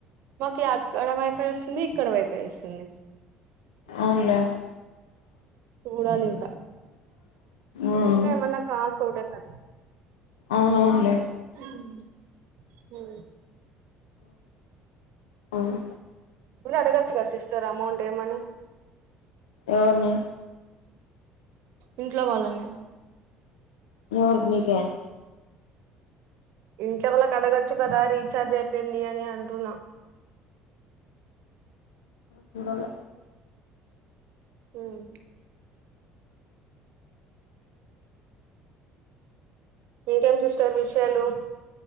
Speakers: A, on the right (about 55°); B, on the left (about 75°).
A: మాకు అక్కడ వైఫై వస్తుంది ఇక్కడ వైఫై వస్తుంది
B: అవున్లా
A: చూడాలి ఇంకా
B: ఉమ్
A: ఎస్ టమన్నా కకోడ కదా
B: అవునవునులే
A: ఉమ్ ఆ
B: అవును
A: మళ్ళా అడగొచ్చు కదా సిస్టర్ అమౌంట్ ఏమని
B: ఎవర్ని
A: ఇంట్లో వాళ్ళనే
B: ఎవరికీ నీకా
A: ఇంట్లో వల్లకడగొచ్చు కదా రీఛార్జ్ అయిపోయింది అని అంటున్నా
B: చూడాల్ల
A: ఉమ్ ఇంకేమీ సిస్టర్ విషయాలు